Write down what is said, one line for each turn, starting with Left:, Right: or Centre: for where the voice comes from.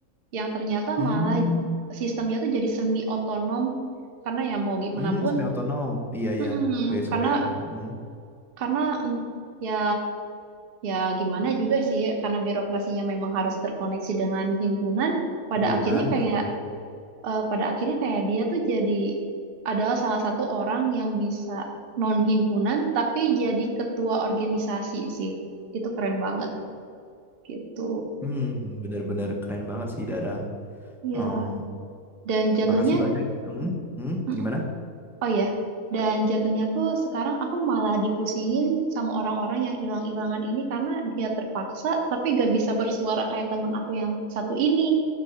Right: yang ternyata
Centre: Hmm,
Right: malah sistemnya tuh jadi semi otonom karena ya mau gimana
Centre: hmm,
Right: pun,
Centre: semi otonom. Iya iya,
Right: mm-mm,
Centre: BSO
Right: karena
Centre: ya. Hmm.
Right: karena mm, ya ya gimana juga sih karena birokrasinya memang harus terkoneksi dengan himpunan. Pada
Centre: Gunan
Right: akhirnya kayak
Centre: betul.
Right: eh, pada akhirnya kayak dia tuh jadi adalah salah satu orang yang bisa non himpunan tapi jadi ketua organisasi sih itu keren banget gitu
Centre: Hmm, bener-bener keren banget sih Dara.
Right: ya
Centre: Oh,
Right: dan jatuhnya
Centre: makasih banyak ya. Hmm, hmm,
Right: mm,
Centre: gimana?
Right: oh ya dan jatuhnya tuh sekarang aku malah dipusingin sama orang-orang yang hilang-hilangan ini karena dia terpaksa tapi gak bisa bersuara kayak temen aku yang satu ini